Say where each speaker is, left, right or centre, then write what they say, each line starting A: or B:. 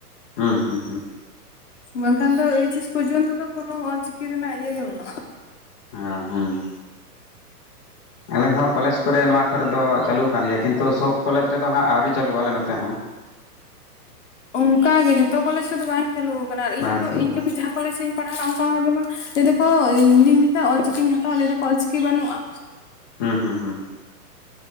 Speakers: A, on the left; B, on the left.
A: ᱦᱩᱸ ᱦᱩᱸ ᱦᱩᱸ
B: ᱵᱟᱝᱠᱷᱟᱱ ᱫᱚ ᱮᱭᱤᱪ ᱮᱥ ᱯᱚᱨᱡᱚᱱᱛᱚ ᱫᱚ ᱠᱳᱱᱚ ᱚᱞᱪᱤᱠᱤ ᱨᱮᱱᱟᱜ ᱤᱭᱟᱹ ᱜᱮ ᱵᱟᱹᱱᱩᱜᱼᱟ᱾
A: ᱦᱩᱸ ᱦᱩᱸ ᱟᱞᱮ ᱦᱚᱸ ᱠᱳᱞᱮᱡᱽ ᱠᱚᱨᱮ ᱱᱚᱣᱟ ᱠᱚᱨᱮ ᱫᱚ ᱪᱟᱹᱞᱩ ᱠᱟᱱ ᱜᱮᱭᱟ ᱠᱤᱱᱛᱩ ᱥᱚᱵᱽ ᱠᱳᱞᱮᱡᱽ ᱨᱮᱫᱚ ᱦᱟᱸᱜ ᱟᱹᱣᱨᱤ ᱪᱟᱹᱞᱩᱜᱼᱟ ᱟᱞᱮ ᱱᱚᱛᱮ ᱦᱚᱸ᱾ <inaudible>
B: ᱳᱱᱠᱟ ᱜᱮ ᱡᱷᱚᱛᱚ ᱠᱳᱞᱮᱡᱽ ᱨᱮᱫᱚ ᱵᱟᱝ ᱪᱟᱹᱞᱩ ᱟᱠᱟᱱᱟ ᱟᱨ
A: ᱵᱟᱝ
B: ᱤᱧᱦᱚᱸ
A: ᱪᱟᱹᱞᱩᱜ
B: ᱤᱧ
A: ᱠᱟᱱᱟ
B: ᱡᱚᱠᱷᱚᱱ ᱡᱟᱦᱟᱸ ᱠᱳᱞᱮᱡᱽ ᱨᱤᱧ ᱯᱟᱲᱦᱟᱱ ᱳᱱᱠᱟ ᱦᱚᱸ ᱡᱮᱢᱚᱱ ᱞᱟᱹᱭ ᱫᱟᱠᱚ ᱤᱧᱫᱩᱧ ᱢᱮᱛᱟᱜᱼᱟ ᱚᱞᱪᱤᱠᱤᱧ ᱦᱟᱛᱟᱣᱟ ᱞᱟᱹᱭ ᱫᱟᱠᱚ ᱚᱞᱪᱤᱠᱤ ᱵᱟᱹᱱᱩᱜᱼᱟ᱾
A: ᱦᱩᱸ ᱦᱩᱸ ᱦᱩᱸ